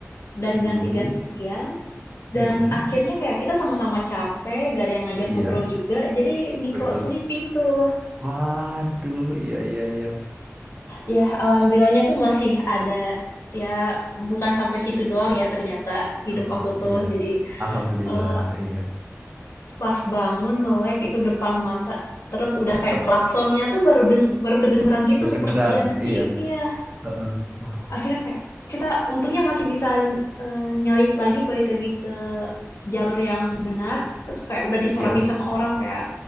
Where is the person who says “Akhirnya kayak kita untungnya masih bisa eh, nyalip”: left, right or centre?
Left